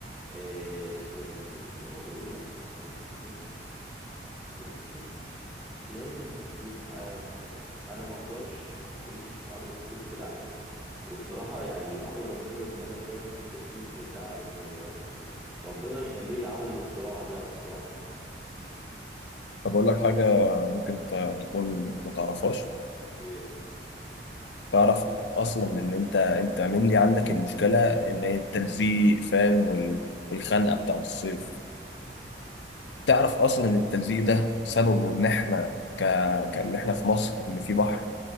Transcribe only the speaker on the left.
طب أقول لك حاجة ممكن ت- تكون ما تعرفهاش
تعرف أصلا إن أنت أنت mainly عندك المشكلة إن هي التلزيق فاهم وال- والخنقة بتاعت الصيف تعرف أصلا إن التلزيق ده سببه إن إحنا ك... كإن إحنا في مصر إن في بحر